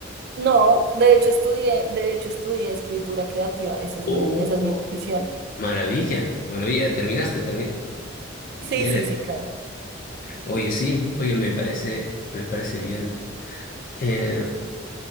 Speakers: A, on the right (about 55°); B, on the left (about 45°).
A: No, de hecho estudié, de hecho estudié escritura creativa, esa es
B: Oh,
A: mi, esa es mi profesión.
B: Maravilla, maravilla, terminaste, terminaste. Y
A: Sí,
B: ahora-
A: sí, sí, claro.
B: oye, sí, oye, me parece, me parece bien. Eh,